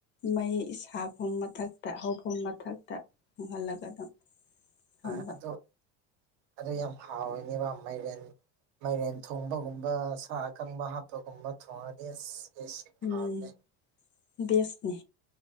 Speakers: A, on the left (about 35°); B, on the right (about 65°).
A: ꯃꯩ ꯁꯥꯐꯣꯝ ꯃꯊꯛ ꯇ ꯍꯧꯕ ꯃꯊꯛꯇ ꯏꯪꯍꯜꯂꯒꯗꯨꯝ ꯊꯝꯕ
B: ꯍꯣꯏ ꯑꯗꯨ ꯑꯗꯨ ꯌꯥꯝ ꯍꯥꯎꯋꯤꯅꯦꯕ ꯃꯥꯏꯔꯦꯟ ꯃꯥꯏꯔꯦꯟ ꯊꯣꯡꯕꯒꯨꯝꯕ ꯁꯥ ꯀꯪꯕ ꯍꯥꯞꯄꯒꯨꯝꯕ ꯊꯣꯡꯉꯗꯤ ꯑꯁ ꯑꯦꯁ ꯌꯥꯝ
A: ꯎꯝ
B: ꯍꯥꯎꯕꯅꯦ
A: ꯕꯦꯁꯅꯤ